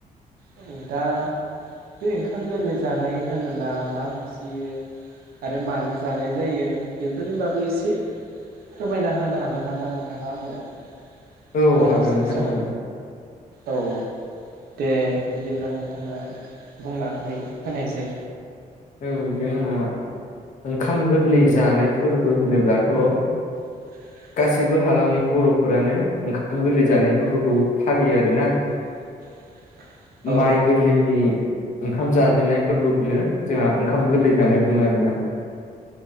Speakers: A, on the right (about 85°); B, on the left (about 55°).
A: औ दा बे ओंखाम गोरलै जानाय होनोब्ला मा बुजियो आरो मानो जानाय जायो बेफोरनि बागै एसे फोरमायना होनो हागोन नामा नोंथाङा आंनो <unintelligible>
B: औ हागोन नोंथां
A: सम
B: हागोन
A: औ दे बिदिब्ला नोंथाङा बुंना होना होनायसै
B: औ जोंहा ओंखाम गोरलै जानाय फोरबो होनोब्लाथ'
A: <unintelligible>
B: गासिबो हालामनि बर'फोरानो ओंखाम गोरलै जानाय फोरबोखौ फालियो आरोना
A: <inaudible> औ
B: माइ गोरलैनि ओंखाम जाजेननाय फोरबोखौनो जोंहा ओंखाम गोरलै जानाय बुङो आरो ना